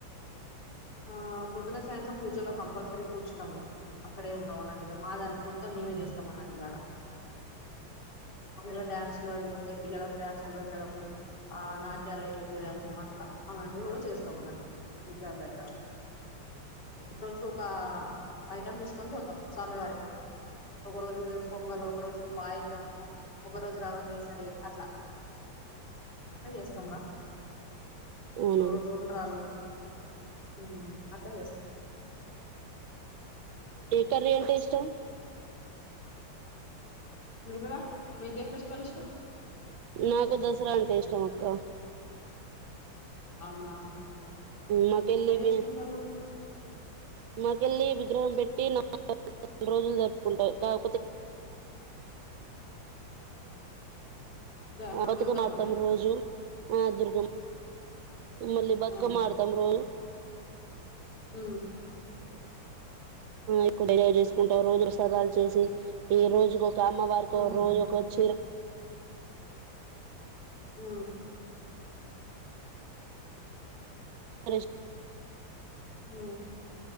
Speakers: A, on the left; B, on the right.
A: ఆ పొద్దున సాయంత్రం పూజలో కంప్ పల్సరీ కూర్చున్నాము. అక్కడే ఉంటాం అన్నట్టుగా మా దాని మొత్తం మేమే చేస్తాం అన్నట్టుగాడ. మాములుగా డ్యాన్సులు అవి ఇవి ఉంటాయి పిల్లలకు డ్యాన్సులు పెట్టడమూ, ఆ నాట్యాలెయ డమూ అట్లా, అలాంటివి కూడా చేస్తాము అన్నట్టు. విగ్రహం దగ్గరా. <unintelligible> ఒకా ఐటం తీసుకొని పోతాం స్వామి వారికి. ఒక రోజూ పొంగలు, ఒక రోజు పాయసమూ, ఒక రోజు రవ్వకేసరీ అట్లా. అట్లా చేస్తామ్ రా.
B: అవునా
A: ఓ రోజు ఉండరాళ్ళు. ఉమ్ అట్ల చేస్త
B: ఏ కర్రీ అంటే ఇష్టం.
A: మీకురా మీక్ ఏ ఫెస్టివల్ ఇష్టం.
B: నాకు దసరా అంటే ఇష్టం అక్క.
A: అవునా.
B: మాకెళ్ళి
A: ఎలా
B: ఇవే
A: చేసుకుంటారు
B: మాకెళ్ళి విగ్రహం పెట్టి నాలుగురోజులు జరుపుకుంటారు
A: ద- ఆ,
B: బతుకమ్మ
A: దుర్గమ్మ
B: ఆడతాం రోజు ఆ దుర్గమ్మ మల్ళీ బతుకమ్మ
A: ఆ
B: ఆడుతాం రోజు
A: హ
B: ఎక్వ డిర చేసుకుంటాం రోజు ప్రసాదాలు చేసి ఈ రోజుకు అమ్మ వారికి
A: ఉమ్
B: రోజు ఒక చీర
A: ఆ
B: ఏ
A: హ